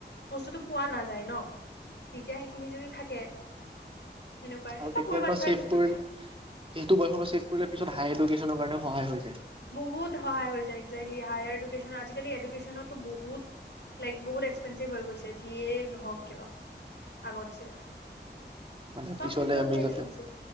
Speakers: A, on the left; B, on the right.
A: বস্তুটো পোৱা নাযায় ন! তেতিয়া সেইখিনি যদি থাকে সেনেকুৱাই
B: আৰু
A: এটা
B: তেত্তিয়াৰ
A: সৰু বাচ্ছাৰ
B: পৰা চেফ
A: ক্ষেত্ৰতে
B: কৰি সেইটো বয়সৰ পৰা ছেভ কৰিলে পিছত হাই ইডুকেনৰ কাৰণে সহায় হৈছে
A: বহুত সহায় হৈ যায় একজেক্টলি হায়াৰ ইডু নিছিনা আজিকালি এড'কেছনটো বহুত লাইক বহুত এক্সপেঞ্চিভ গৈছে, যিয়ে নহওক কিয় আগত্ছে।
B: মানে
A: চব
B: পিছলে
A: ফিল্ডতে
B: আমি
A: এক্সপেঞ্চিভ,
B: যাতে